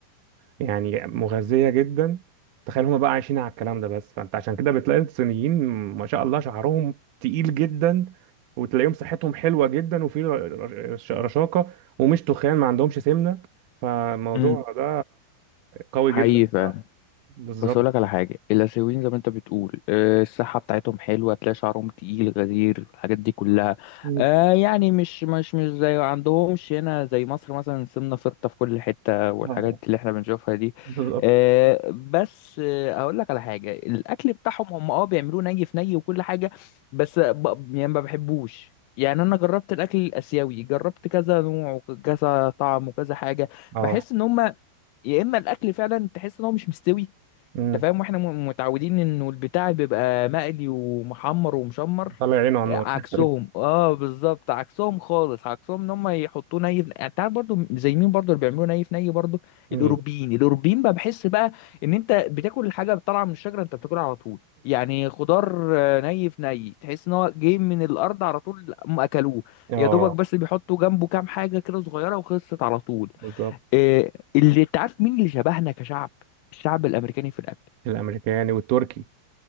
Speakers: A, on the right; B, on the left.
A: يعني مغذية جدا تخيل هما بقى عايشين على الكلام ده بس فانت عشان كده بتلاقي الصينيين ما شاء الله شعرهم تقيل جدا وتلاقيهم صحتهم حلوة جدا وفي ر- رش- رشاقة ومش تخان ما عندهمش سمنة فالموضوع
B: امم
A: ده قوي
B: حقيقي
A: جدا
B: فعلا
A: بصراحة بالظبط
B: بس اقول لك على حاجه الاسيويين زي ما انت بتقول آه، الصحه بتاعتهم حلوه تلاقي شعرهم تقيل غزير الحاجات دي كلها
A: مم.
B: آه، يعني مش مش مش زي عندهمش هنا زي مصر مثلا سمنه فرطه في كل حته والحاجات
A: اه
B: اللي احنا بنشوفها دي
A: بالظبط
B: آه، بس آه، اقول لك على حاجه الاكل بتاعهم هم اه بيعملوه ني في ني وكل حاجه بس ب... يعني ما بحبوش يعني انا جربت الاكل الاسيوي جربت كذا نوع وكذا طعم وكذا حاجه
A: اه
B: بحس ان هم يا اما الاكل فعلا تحس ان هو مش مستوي
A: مم.
B: انت فاهم واحنا م- متعودين انه البتاع بيبقى مقلي ومحمر ومشمر
A: طلع عينه على
B: آه،
A: النار
B: عكسهم اه بالظبط عكسهم خالص عكسهم ان هم يحطوه ني في يعني تعرف برضو زي مين برضو اللي بيعملوه ني في ني برضو
A: مين
B: الاوروبيين الاوروبيين بقى بحس بقى ان انت بتاكل الحاجه طالعه من الشجره انت بتاكلها على طول يعني خضار آه، ني في ني تحس ان هو جاي من الارض على طول هم اكلوه
A: اه
B: يا دوبك بس بيحطوا جنبه كام حاجه كده صغيره وخلصت على طول
A: بالظبط
B: آه، اللي انت عارف مين اللي شبهنا كشعب الشعب الامريكاني في الاكل
A: الامريكاني والتركي